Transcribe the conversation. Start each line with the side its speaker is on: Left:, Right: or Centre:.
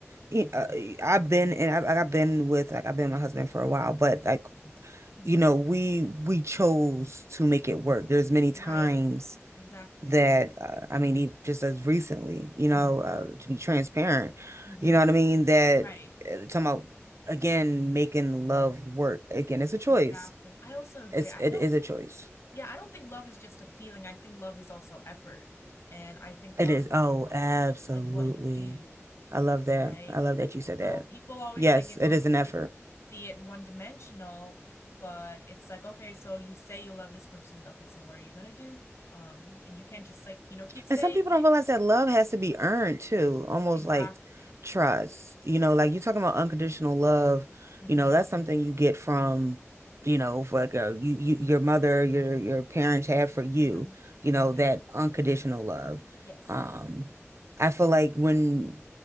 Right: y- uh, I've been and I've, I've been with like I've been with my husband for a while, but like
Left: hmm
Right: you know, we we chose to make it work. There's many times
Left: Right. Exactly.
Right: that uh, I mean, e- just as recently, you know,
Left: hmm
Right: uh, to be transparent,
Left: hmm
Right: you know what I mean. That
Left: Right.
Right: uh, talking about again making love work again. It's a choice.
Left: Exactly. I also agree.
Right: It's
Left: I
Right: it
Left: don't
Right: is a choice.
Left: Yeah, I don't think love is just a feeling. I think love is also effort. And I think
Right: It
Left: love
Right: is.
Left: is also
Right: Oh, absolutely.
Left: like what you do,
Right: I love that.
Left: right?
Right: I love that you said that.
Left: So people always
Right: Yes,
Left: like, you
Right: it
Left: know,
Right: is an effort.
Left: put see it one dimensional, but it's like, okay, so you say you love this person. Okay, so what are you gonna do? Um, and you can't just like, you know, keep saying
Right: And some people
Left: it.
Right: don't realize that love has to be earned too, almost
Left: Exactly.
Right: like trust. You know, like you're talking about unconditional love,
Left: Mm-hmm.
Right: you know, that's something you get from, you know, for like a, you, you your mother, your your parents have for you,
Left: Mm-hmm.
Right: you know,
Left: Yeah.
Right: that unconditional love.
Left: Yes.
Right: Um, I feel like when